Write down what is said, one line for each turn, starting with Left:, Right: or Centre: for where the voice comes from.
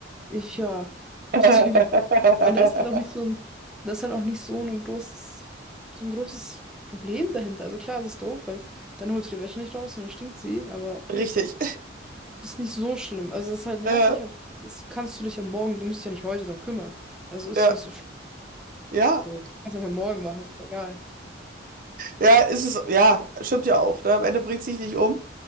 Centre: Ich, ja, <laughs>
Right: <laughs>
Centre: tatsächlich. Ich meine, da ist halt auch nicht so ein, das ist halt auch nicht so ein großes, so ein großes Problem dahinter. Also klar, es ist doof, weil dann holst du die Wäsche nicht raus und dann stinkt sie, aber
Right: Richtig.
Centre: das ist nicht so schlimm. Also es ist halt nervig,
Right: Ja,
Centre: aber das kannst du dich am Morgen, du musst dich ja nicht heute drum kümmern. Also ist
Right: ja,
Centre: nicht so schlimm.
Right: ja,
Centre: So, kannst du einfach morgen machen, ist egal.
Right: ja, ist es, ja, stimmt ja auch. Ne? Am Ende bringt sich nicht um.